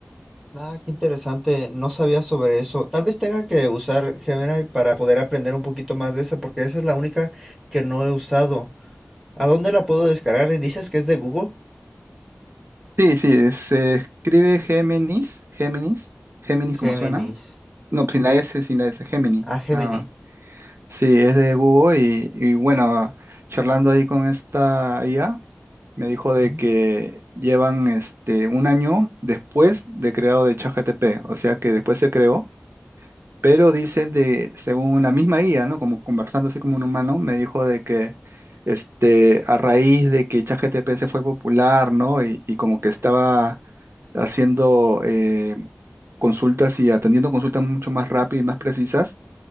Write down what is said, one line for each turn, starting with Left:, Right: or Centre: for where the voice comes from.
Centre: Nada, qué interesante. No sabía sobre eso. Tal vez tenga que usar Gemini para poder aprender un poquito más de esa, porque esa es la única que no he usado. ¿A dónde la puedo descargar? ¿Dices que es de Google?
Right: Sí, sí, se escribe Géminis, Géminis, Géminis
Centre: Géminis.
Right: como suena. No, sin la S, sin la S, Géminis,
Centre: Ah, Gemini.
Right: nada más. Sí, es de Google y, y bueno, charlando ahí con esta IA. Me dijo de
Centre: Ujú.
Right: que llevan este, un año después de creado de ChatGPT, o sea que después se creó, pero dicen de, según la misma IA, ¿no? Como conversando así como un humano, me dijo de que este, a raíz de que ChatGPT se fue popular, ¿no? Y, y como que estaba haciendo eh, consultas y atendiendo consultas mucho más rápidas y más precisas,